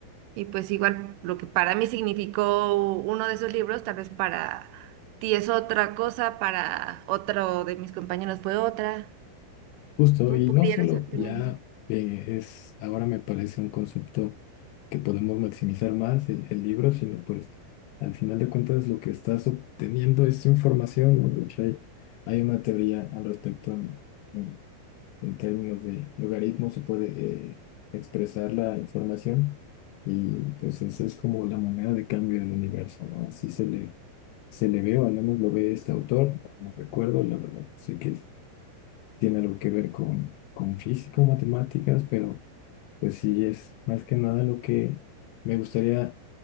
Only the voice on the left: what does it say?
justo
y
no solo,
ya eh, es, ahora me parece un concepto que podemos maximizar más el, el libro, sino pues al final de cuentas lo que estás obteniendo es información, ¿no? De hecho, hay, hay una teoría al respecto ¿no? en términos de logaritmo se puede eh, expresar la información y pues esa es como la moneda de cambio del universo, ¿no? Así se le, se le ve, o al menos lo ve este autor, no recuerdo, la verdad, sé que tiene algo que ver con, con física o matemáticas, pero pues sí es más que nada lo que me gustaría